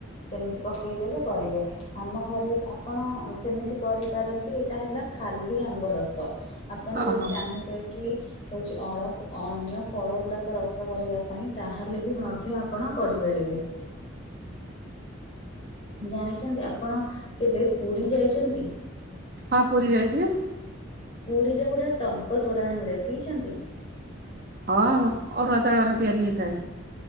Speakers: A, on the left (about 30°); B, on the right (about 45°).
A: ସେମିତି ପକେଇଦେବେ କରିବେ। ଆମ ଘରେ ଆପଣ ସେମିତି କରିପାରନ୍ତି। ଏଇଟା ହେଲା ଖାଲି ଆମ୍ବ ରସ। ଆପଣ
B: ଓହୋ
A: ଯଦି ଚାହିଁବେ କି ହଉଛି ଅଳ ଅନ୍ୟ ଫଳ ଗୁଡାକ ରସ କରିବା ପାଇଁ ତାହେଲେ ବି ମଧ୍ୟ ଆପଣ କରିପାରିବେ। ଜାଣିଛନ୍ତି ଆପଣ କେବେ ପୁରୀ ଯାଇଛନ୍ତି?
B: ହଁ ପୁରୀ ଯାଇଛି।
A: ପୁରୀରେ ଗୋଟେ ଟଙ୍କ ତୋରାଣ ମିଳେ ପିଇଛନ୍ତି?
B: <unintelligible> ହଁ ଅରୁଆ ଚାଉଳରେ ତିଆରି ହେଇଥାଏ।